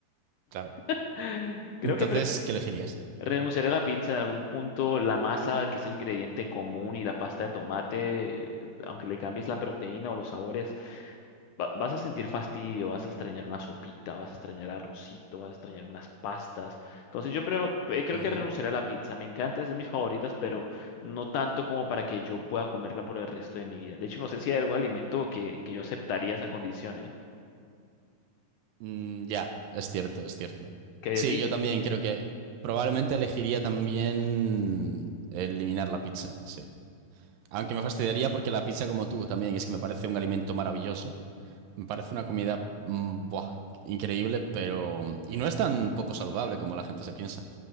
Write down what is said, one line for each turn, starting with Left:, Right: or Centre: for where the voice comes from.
Right: claro.
Left: <gasps> <sighs> Creo
Right: Entonces,
Left: que
Right: ¿qué elegirías?
Left: Renunciaré a la pizza, en algún punto la masa, que es el ingrediente común, y la pasta de tomate, aunque le cambies la proteína o los sabores, va- vas a sentir fastidio, vas a extrañar una sopita, vas a extrañar arrocito, vas a extrañar unas pastas. Entonces yo creo, eh, creo
Right: Ujú.
Left: que renunciaré a la pizza. Me encanta, es de mis favoritas, pero no tanto como para que yo pueda comerla por el resto de mi vida. De hecho, no sé si hay algún alimento que, que yo aceptaría esa condición, ¿eh?
Right: Mm, ya, es cierto, es cierto.
Left: ¿Qué hay
Right: Sí,
Left: de ti?
Right: yo también creo que probablemente elegiría también eliminar la pizza, sí. Aunque me fastidiaría porque la pizza, como tú, también es que me parece un alimento maravilloso. Me parece una comida mm, buah, increíble, pero... Y no es tan poco saludable como la gente se piensa,